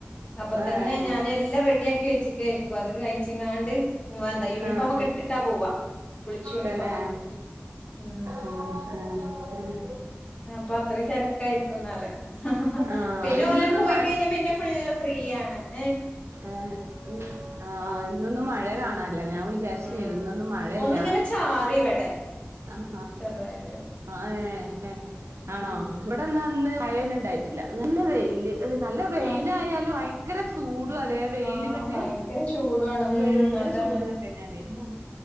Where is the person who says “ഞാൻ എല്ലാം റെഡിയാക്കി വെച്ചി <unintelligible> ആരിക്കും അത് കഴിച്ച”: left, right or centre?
Left